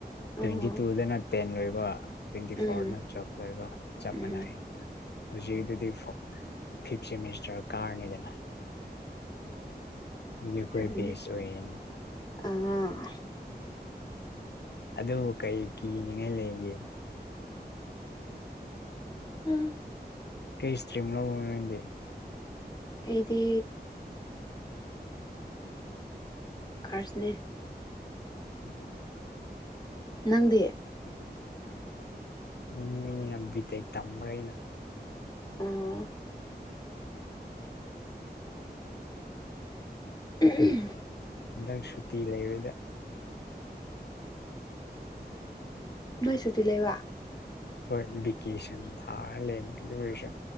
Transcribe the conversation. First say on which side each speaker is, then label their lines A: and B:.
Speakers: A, on the left (about 75°); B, on the left (about 25°).
A: ꯇ꯭ꯋꯦꯟꯇꯤ
B: ꯑꯣ
A: ꯇꯨꯗꯅ ꯇꯦꯟ ꯂꯣꯏꯕ ꯇ꯭ꯋꯦꯟꯇꯤ
B: ꯎꯝ
A: ꯐꯣꯔꯅ ꯆꯞ
B: ꯎꯝ
A: ꯃꯥꯟꯅꯩꯅ ꯍꯧꯖꯤꯛꯗꯨꯗꯤ ꯐꯤꯞ ꯁꯦꯃꯤꯁꯇꯔ ꯀꯥꯔꯅꯤꯗꯅ ꯑꯗꯨꯈꯣꯏ
B: ꯑꯗꯨꯅꯦ
A: ꯕꯦꯁ ꯑꯣꯏꯅꯤ
B: ꯑꯥ
A: ꯑꯗꯨ ꯀꯩ ꯀꯤꯅꯤꯉꯥꯏ ꯂꯩꯒꯦ
B: ꯎꯝ
A: ꯀꯩ ꯏꯁꯇ꯭ꯔꯤ ꯑꯃ ꯂꯧꯒꯦ
B: ꯑꯩꯗꯤ ꯈꯔꯁꯅꯦ
A: ꯎꯝ
B: ꯅꯪꯗꯦ
A: ꯎ ꯃꯤ ꯅꯕꯤ ꯇ ꯇꯝꯕꯒꯅ
B: ꯑꯣ ꯎꯝ
A: ꯍꯟꯗꯛ ꯁꯨꯇꯤ ꯂꯩꯕꯗ
B: ꯅꯣꯏ ꯁꯨꯇꯤ ꯂꯩꯕ
A: ꯍꯣꯏ ꯚꯦꯀꯦꯁꯟ ꯊꯥꯔꯂꯦ ꯑꯗꯨ ꯑꯣꯏꯔꯁꯨ